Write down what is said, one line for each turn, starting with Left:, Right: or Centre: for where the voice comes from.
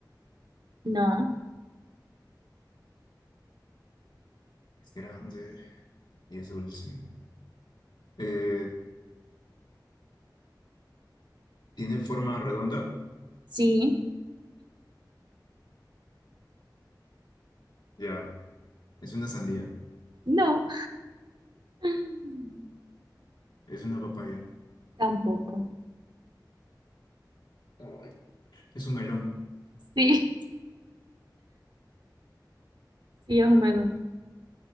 Right: No.
Left: Es grande y es dulce. Eh, tiene forma redonda.
Right: Sí.
Left: Ya. Es una sandía.
Right: No. <gasps>
Left: Es una papaya.
Right: Tampoco.
Left: Ay, Es un melón.
Right: Sí, sí, es un melón.